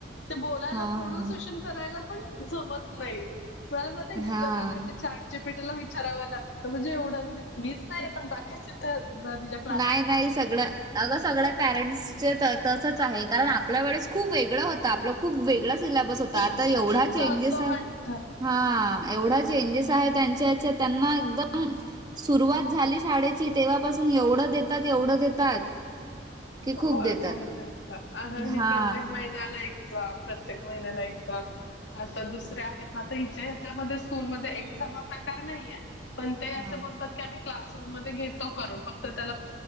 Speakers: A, on the left (about 75°); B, on the right (about 20°).
A: ते बोलायला
B: हा
A: प्रोनान्सिएशन
B: हा
A: करायला पण जमत नाही, जरा मग ते गुगलला
B: हा
A: नाही तर चाट जी. पी. टी. ला विचारावं लागतं, म्हणजे एवढं म्हणजे मीच नाही पण बाकीचे तर तिच्य
B: नाही, नाही सगळं अगं सगळ्या पॅरेंट्स तसच आहे, कारण आपल्या वेळेस खूप वेगळं होत, आपलं खूप वेगळा सिल्याबस होता,
A: इझी
B: आता एवढा
A: होतं
B: चेंजेस
A: असं
B: हाय.
A: वाटतंय
B: हा, एवढा चेंजेस आहे, त्यांच्याच्या त्यांना एकदम सुरुवात झाली शाळेची, तेव्हापासून एवढं देतात, एवढं देतात. की
A: होय,
B: खूप देतात
A: भरपूर देतात आणि
B: हा
A: प्रत्येक माहित न्याला एक्झाम प्रत्येक महिन्याला एक्झाम. आता दुसरे आहेत ना, तर हिच्या ह्याच्यामध्ये स्कूलमध्ये एक्झाम हा प्रकार नाहीय. पण ते असे
B: हा
A: बोलतात कि आम्ही क्लासरूम मध्ये घेतो करून, फक्त त्याला